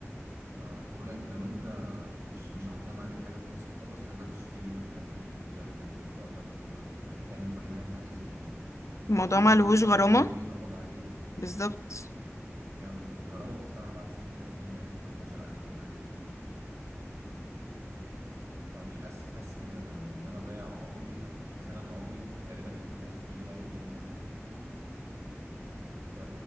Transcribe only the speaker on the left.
الموضوع
ما لهوش
غرامة
بالظبط